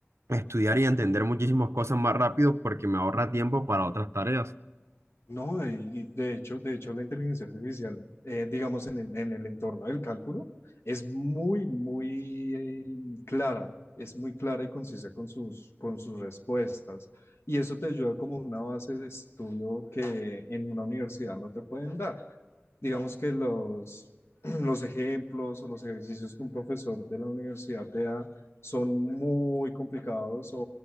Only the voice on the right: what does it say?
estudiar y entender muchísimas cosas más rápido porque me ahorra tiempo para otras tareas.